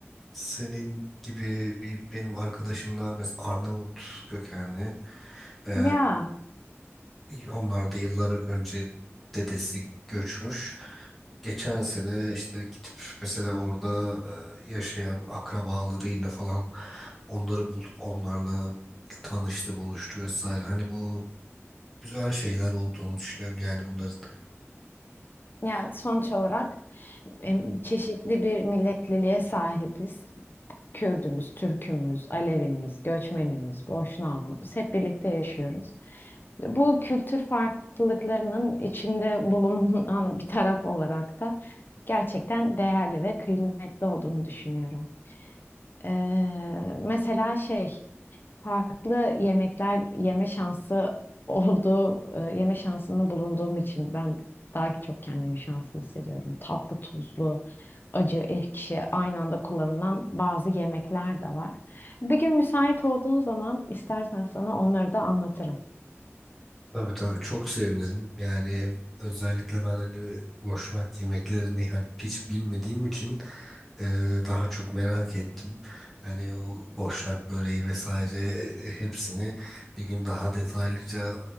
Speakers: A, in the centre; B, on the left.
A: senin gibi bir benim arkadaşım da mesela Arnavut kökenli. Ee,
B: Ya,
A: onlar da yıllar önce dedesi göçmüş. Geçen sene işte gidip mesela orada e, yaşayan akrabalarıyla falan onları bulup onlarla tanıştı, buluştu vesaire. Hani bu güzel şeyler olduğunu düşünüyorum yani bunların.
B: ya sonuç olarak em, çeşitli bir milletliliğe sahibiz. Kürdümüz, Türkümüz, Alevimiz, göçmenimiz, Boşnağımız hep birlikte yaşıyoruz. Bu kültür farklılıklarının içinde bulunan bir taraf olarak da gerçekten değerli ve kıymetli olduğunu düşünüyorum. Ee, mesela şey farklı yemekler yeme şansı olduğu e, yeme şansını bulunduğum için ben daha çok kendimi şanslı hissediyorum. Tatlı, tuzlu, acı, ekşi aynı anda kullanılan bazı yemekler de var. Bir gün müsait olduğun zaman istersen sana onları da anlatırım.
A: Tabii tabii çok sevinirim. Yani özellikle ben hani boşnak yemeklerini hani hiç bilmediğim için e, daha çok merak ettim. Hani o boşnak böreği vesaire e, e, hepsini bir gün daha detaylıca